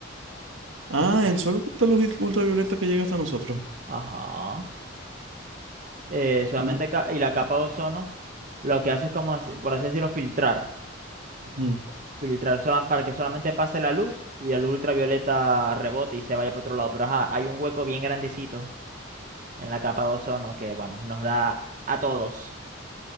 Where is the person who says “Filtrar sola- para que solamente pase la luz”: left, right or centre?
Right